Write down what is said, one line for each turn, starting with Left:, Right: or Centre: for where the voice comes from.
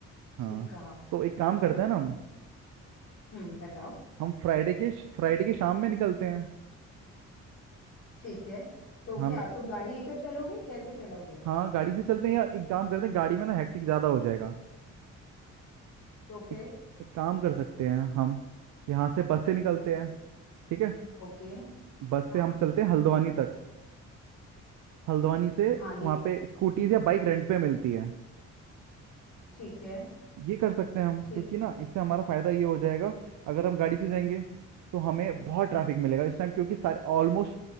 Right: हाँ
Left: ठीक कहा
Right: तो एक काम करते हैं ना हम
Left: हम्म बताओ
Right: हम फ्राइडे के फ्राइडे के शाम में निकलते हैं
Left: ठीक है तो
Right: हम
Left: क्या तुम गाड़ी लेकर चलोगे कैसे चलोगे
Right: हाँ गाड़ी से चलते हैं या एक काम करते हैं गाड़ी में ना हेक्टिक ज़्यादा हो जाएगा
Left: तो फिर
Right: एक एक काम कर सकते हैं हम यहाँ से बस से निकलते
Left: हम्म
Right: हैं ठीक है
Left: ओके
Right: बस
Left: हाँ
Right: से हम चलते हैं हल्द्वानी तक हल्द्वानी से
Left: हाँ ये
Right: वहाँ
Left: भी
Right: पे स्कूटीज या बाइक रेंट पे मिलती है
Left: ठीक है
Right: ये कर सकते हैं हम
Left: ठीक
Right: क्योंकि ना इससे हमारा फायदा ये हो जाएगा अगर हम गाड़ी से जाएंगे तो हमें बहुत ट्रैफिक मिलेगा इस टाइम क्योंकि सारे ऑलमोस्ट